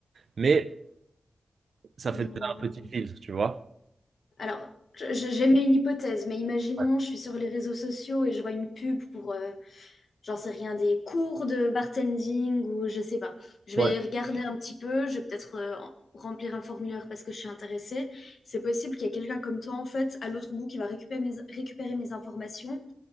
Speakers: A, on the right; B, on the left.
A: mais ça
B: Mais
A: fait déjà
B: au moins.
A: un petit filtre, tu vois.
B: Alors, je- je- j'aimais une hypothèse, mais imaginons,
A: Ouais,
B: je suis sur les réseaux sociaux et je vois une pub pour, euh, j'en sais rien, des cours de bartending ou je sais pas. Je
A: ouais,
B: vais regarder un petit peu, je vais peut-être euh, en- remplir un formulaire parce que je suis intéressée. C'est possible qu'il y ait quelqu'un comme toi, en fait, à l'autre bout qui va récupérer mes, récupérer mes informations